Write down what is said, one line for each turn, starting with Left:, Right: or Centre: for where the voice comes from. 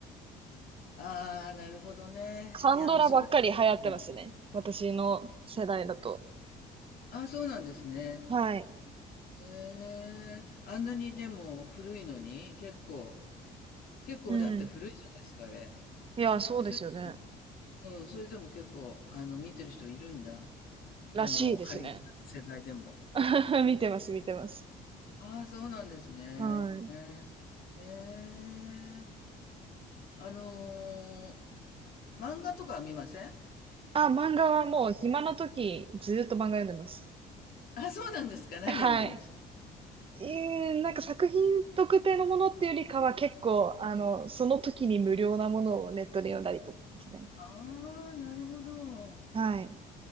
Left: ああ、なるほどね。
Right: カンドラばっかり流行ってますね。
Left: いや、難しい。うん。
Right: 私の世代だと。
Left: ああ、そうなんですね。
Right: はい。
Left: へえ。あんなにでも古いのに、結構、結構だって古いじゃないですか、
Right: うん。
Left: あれ。
Right: いや、そうですよね。
Left: それ、うん、それでも結構、あの、見てる人いるんだ。
Right: らしいですね。
Left: あの、仮に世代でも。
Right: <laughs> 見てます、見てます。
Left: ああ、そうなんですね。
Right: はい。
Left: ええ。あのー漫画とかは見ません
Right: あ、漫画はもう暇な時ずーっと漫画読んでます。
Left: あ、そうなんですか。何読んでるんですか。
Right: はい。えー、なんか作品特定のものっていうよりかは結構、あの、その時に無料なものをネットで読んだりとかですね。
Left: ああ、なるほど。
Right: はい。